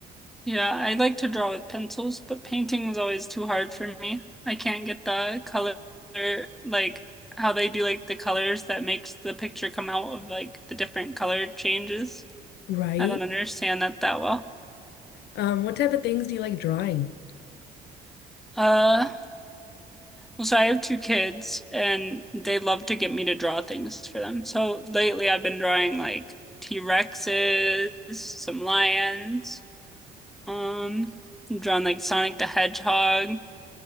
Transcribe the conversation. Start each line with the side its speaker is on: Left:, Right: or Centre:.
Centre: Yeah, I like to draw with pencils, but painting is always too hard for me. I can't get the color, like how they do like the colors that makes the picture come out of like the different color changes.
Left: right?
Centre: I don't understand that that well.
Left: Um, what type of things do you like drawing?
Centre: Uh, well, so I have two kids, and they love to get me to draw things for them. So lately, I've been drawing like T-Rexes, some lions, um, I'm drawing like Sonic the Hedgehog,